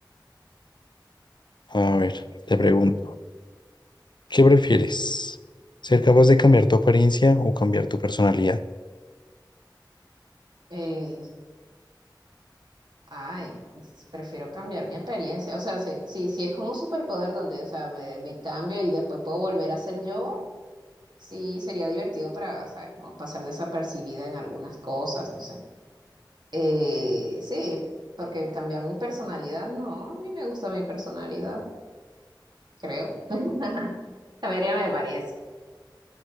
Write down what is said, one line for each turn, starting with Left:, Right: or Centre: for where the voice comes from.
Left: A ver, te pregunto. ¿Qué prefieres? ¿Ser capaz de cambiar tu apariencia o cambiar tu personalidad?
Right: Eh, ay, s- prefiero cambiar mi apariencia. O sea, se- si, si es como un superpoder donde, o sea, me, me cambio y después puedo volver a ser yo, sí sería divertido para, ¿sabes? Como pasar desapercibida en algunas cosas, no sé. Eh, sí, porque cambiar mi personalidad, no, a mí me gusta mi personalidad. creo. <laughs> Cambiaría mi apariencia.